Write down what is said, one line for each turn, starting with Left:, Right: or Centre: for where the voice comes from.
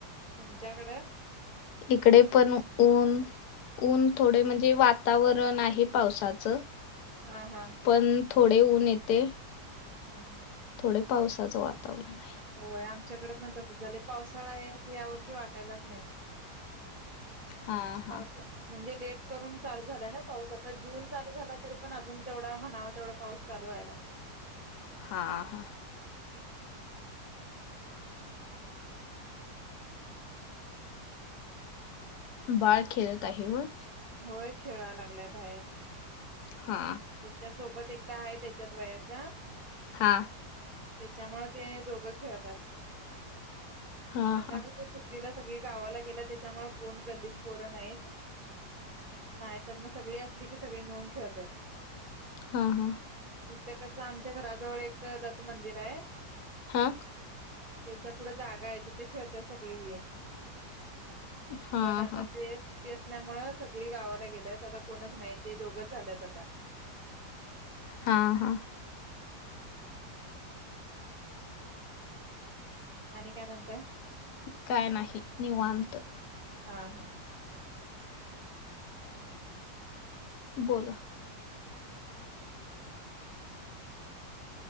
Right: तुमच्याकडे?
Left: इकडे पण ऊन, ऊन थोडे म्हणजे वातावरण आहे. पावसाचं
Right: हां, हां.
Left: पण थोडे ऊन येते.
Right: हां हां.
Left: थोडे पावसाचं वातावरण आहे.
Right: होय, आमच्याकडे पण तसंच झालंय. पावसाळा आहे, असं या वर्षी वाटायलाच नाही.
Left: हा हा
Right: पावसा म्हणजे लेट करून चालू झालाय ना पाऊस आता जून चालू झाला तरी पण अजून तेवढा म्हणावा तेवढा पाऊस चालू व्हायला नाही.
Left: हा हां. बाळ, खेळत आहे होय?
Right: होय, खेळाय लागलाय बाहेर.
Left: हा.
Right: त्याच्या सोबत एकटा आहे, त्याच्याच वयाचा.
Left: हा.
Right: त्याच्यामुळं ते, दोघं खेळतात.
Left: हा
Right: आता
Left: हा
Right: कसं सुट्टीला सगळी गावाला गेल्या, त्याच्यामुळे कोण गल्लीत पोरं नाहीत. नाही तर ना सगळी असली की, सगळी मिळून खेळतात.
Left: हा हा.
Right: इथं कसं आमच्या घराजवळ, एक दत्त मंदिर आहे.
Left: हां!
Right: त्याच्या पुढे जागा आहे तिथे खेळत्यां सगळी.
Left: हा
Right: पण आता
Left: हा
Right: ते. ते असन्यामुळ सगळी गावाला गेल्यात, आता कोणच नाही ते दोघच झाल्यात आता.
Left: हां हां!
Right: आणि काय म्हणताय?
Left: काय नाही निवांत.
Right: हा हा!
Left: बोला!